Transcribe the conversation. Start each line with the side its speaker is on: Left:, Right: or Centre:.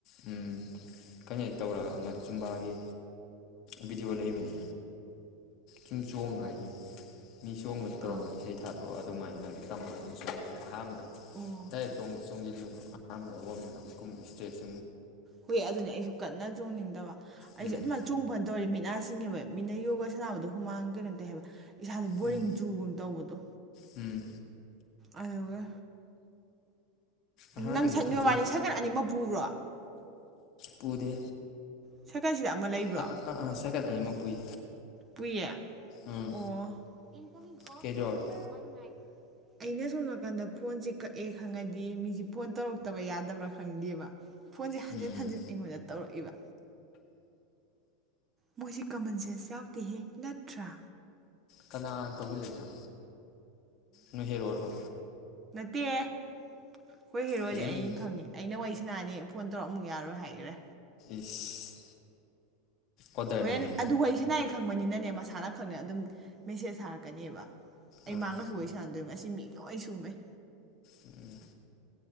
Left: ꯎ ꯀꯩꯅꯣ ꯇꯧꯔꯒ ꯑꯃ ꯖꯨꯝꯕꯥꯒꯤ ꯚꯤꯗꯤꯑꯣ ꯂꯩꯕꯅꯦ ꯁꯨꯝ ꯆꯣꯡꯉꯉꯥꯏꯒꯤ ꯃꯤ ꯆꯣꯡꯕꯗ ꯇꯧꯔꯒ
Right: ꯑꯥ
Left: ꯏꯁꯩ ꯊꯥ ꯑꯗꯣ ꯑꯗꯨꯃꯥꯏꯅ ꯇꯅ ꯑꯗꯨꯝ ꯁꯣꯡꯁꯦ ꯑꯍꯥꯟꯕꯗ
Right: ꯑꯣ
Left: ꯇꯥꯏ ꯆꯣꯡ ꯇꯣꯝꯒꯤꯂꯨꯣ ꯑꯍꯥꯟꯕꯗ ꯋꯥꯔꯃꯤꯡ ꯑꯞꯀꯨꯝꯕ ꯏꯁꯇꯦꯁ
Right: ꯍꯨꯏ ꯑꯗꯨꯅꯦ ꯑꯩꯁꯨ ꯀꯟꯅ ꯆꯣꯡꯅꯤꯡꯗꯕ ꯑꯩꯁꯦ
Left: ꯎꯝ
Right: ꯑꯗꯨꯃꯥꯏꯅ ꯆꯣꯡ ꯐꯅ ꯇꯧꯔꯤꯦ ꯃꯤꯠꯅꯥꯁꯤ ꯆꯤꯡꯉꯦꯕ ꯃꯤꯅ ꯌꯣꯒꯥ ꯁꯥꯟꯅꯕꯗꯣ ꯍꯨꯃꯥꯡ ꯀꯩꯅꯣ ꯇꯩ ꯍꯥꯏꯕ ꯏꯁꯥꯗꯣ ꯕꯣꯔꯤꯡ
Left: ꯎꯝ
Right: ꯖꯨꯒꯨꯝ ꯇꯧꯕꯗꯣ
Left: ꯎꯝ
Right: ꯑꯦ
Left: ꯑꯍꯥꯟꯕꯗꯤ
Right: ꯅꯪ
Left: ꯈꯪꯆꯣꯡ
Right: ꯅꯣꯏꯕꯥꯅꯤ ꯁꯥꯏꯀꯠ ꯑꯅꯤꯃꯛ ꯄꯨꯕ꯭ꯔꯣ
Left: ꯄꯨꯗꯦ
Right: ꯁꯔꯀꯔꯁꯤꯗ ꯑꯃ ꯂꯩꯕ꯭ꯔꯣ
Left: ꯑꯥ ꯑꯥ ꯑꯥ ꯑꯥ ꯁꯥꯏꯀꯜ ꯑꯅꯤꯃꯛ ꯄꯨꯏ
Right: ꯄꯌꯥ
Left: ꯎꯝ
Right: ꯑꯣ ꯏ
Left: ꯀꯩꯗꯧꯔꯒꯦ
Right: ꯑꯩꯅ ꯁꯣꯝ ꯅꯥꯀꯥꯟꯗ ꯐꯣꯟꯁꯤꯦ ꯀ ꯑꯦ ꯈꯪꯉꯗꯤ ꯃꯤꯁꯦ ꯐꯣꯟ ꯇꯧꯔꯛꯇꯕ ꯌꯥꯗꯕ꯭ꯔꯥ ꯈꯪꯗꯦꯕ ꯐꯣꯟꯁꯦ ꯍꯟꯖꯤꯟ
Left: ꯎꯝ
Right: ꯍꯟꯖꯤꯟ ꯑꯩꯉꯣꯟꯗ ꯇꯧꯔꯛꯏꯕ ꯃꯣꯏꯁꯤ ꯀꯃꯟ ꯁꯦꯟꯁ ꯌꯥꯎꯗꯦꯍꯦ ꯅꯠꯇ꯭ꯔꯥ
Left: ꯀꯅꯥ ꯇꯧꯕꯤ ꯂꯩꯅ ꯅꯣꯏ ꯍꯦꯔꯣꯔꯣ
Right: ꯄꯦ ꯍꯣꯏ ꯍꯦꯔꯣꯗꯤ
Left: ꯍꯩꯖꯤꯟ
Right: ꯑꯩꯅ ꯈꯪꯉꯤ ꯑꯩꯅ ꯋꯥ ꯁꯥꯅꯅꯤ ꯐꯣꯟ ꯇꯧꯔꯛꯃꯨꯛ ꯌꯥꯔꯣꯏ ꯍꯥꯏꯈꯔꯦ꯫
Left: ꯏꯁ ꯑꯣꯗꯔꯅꯤꯅꯦ
Right: ꯍꯣꯔꯦꯟ ꯑꯗꯨ ꯋꯥꯔꯤ ꯁꯥꯅꯩ꯫ ꯈꯪꯕꯅꯤꯅꯅꯦ ꯃꯁꯥꯅ ꯈꯪꯗꯅ ꯑꯗꯨꯝ ꯃꯦꯁꯦꯁ ꯊꯥꯔꯛꯀꯅꯤꯕ ꯑꯩ
Left: ꯑꯥ
Right: ꯃꯥꯡꯒꯁꯨ ꯋꯥꯔꯤ ꯁꯥꯟꯅꯝꯗꯣꯏ ꯉꯁꯤ ꯃꯤ ꯂꯣꯏ ꯁꯨꯃꯩ꯫
Left: ꯎꯝ